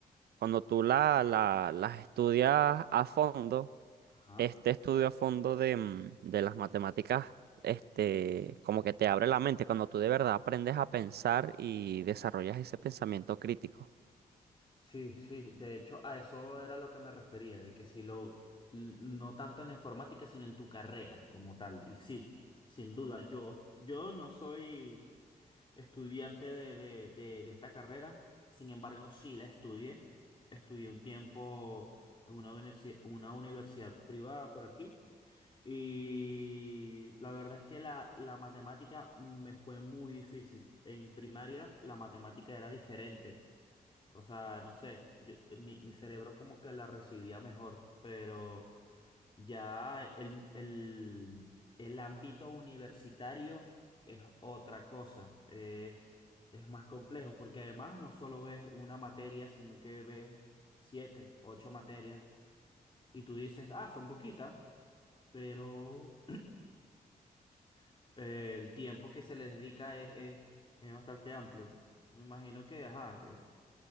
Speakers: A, on the right; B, on the left.
A: cuando tú la, la- las estudias a fondo,
B: Ajá.
A: este estudio a fondo de, mm, de las matemáticas, este, como que te abre la mente cuando tú de verdad aprendes a pensar y desarrollas ese pensamiento crítico.
B: Sí, sí, de hecho a eso era lo que me refería, de que si lo, l- no tanto en la informática, sino en tu carrera como tal. Y sí, sin duda, yo, yo no soy... estudiante de, de, de, de esta carrera. Sin embargo, sí la estudié. Estudié un tiempo en una, universi- una universidad privada por aquí. Y la verdad es que la, la matemática me fue muy difícil. En primaria la matemática era diferente. O sea, no sé, yo- mi, mi cerebro como que la recibía mejor, pero ya el, el- el ámbito universitario es otra cosa, eh, es más complejo, porque además no solo ves una materia, sino que ves siete, ocho materias, y tú dices, ah, son poquitas, pero <clears throat> el tiempo que se le dedica es, es- es bastante amplio. Me imagino que, ajá, que,